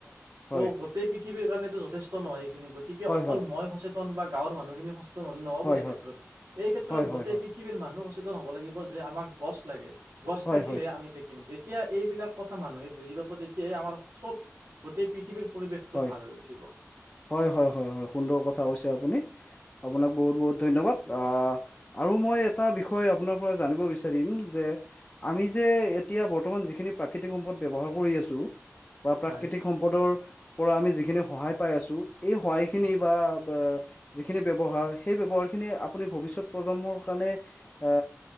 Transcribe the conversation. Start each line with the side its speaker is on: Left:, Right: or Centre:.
Left: হয়
Right: ত' গোটেই পৃথিৱীৰ কাৰণো যথেষ্ট নহয় এইখিনি গতিকে
Left: হয় হয়
Right: অকল মই সচেত বা গাঁৱৰ মানুহখিনি সচেতন হ'লে নহব
Left: হয়
Right: এই ক্ষেত্ৰত এই ক্ষেত্ৰ
Left: হয় হয় হয়
Right: গোটেই
Left: হয়
Right: পৃথিৱীৰ মানুহ সচেতন টো হ'ব লাগিব যে আমাক গছ লাগে গছ থাকিলে
Left: হয় হয় হয় হয় হয়
Right: আমি থাকিম যেতিয়া এইবিলাক কথা মানুহে বুজি পাব তেতিয়াই আমাৰ চব গোটেই পৃথিৱীৰ পৰিৱেশটো
Left: হয়
Right: ভাল হৈ উঠিব
Left: হয় হয় হয় হয় সুন্দৰ কথা কৈছে আপুনি আপোনাক বহুত বহুত ধন্যবাদ আহ আৰু মই এটা বিষয় আপোনাৰ পৰা জানিব বিচাৰিম যে আমি যে এতিয়া বৰ্তমান যিখিনি প্ৰাকৃতিক সম্পদ ব্যৱহাৰ কৰি আছো বা প্ৰাকৃতিক
Right: হয়
Left: সম্পদৰ পৰা আমি যিখিনি সহায় পাই আছো। এই সহায়খিনি
Right: হয়
Left: বা। যিখিনি ব্যৱহাৰ সেই ব্যৱহাৰ খিনি আপুনি ভৱিষ্যত প্ৰজন্মৰ কাৰণে এ